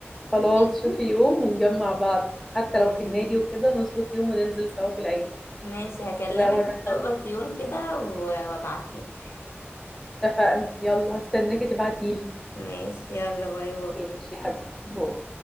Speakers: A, in the centre; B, on the left (about 65°).
A: خلاص
B: ماشي
A: شوفي يوم ونجمع بعض حتى لو
B: ماشي
A: في النادي وكده نظبط يوم وننزل سوا في العيلة
B: ماشي هكلمك
A: تبقى مرة حلوة
B: نظبط يوم كده و- وابعتلك
A: اتفقنا يلا هستناكي تبعتيلي
B: ماشي يلا باي باي
A: ماشي يا حبيبي باي.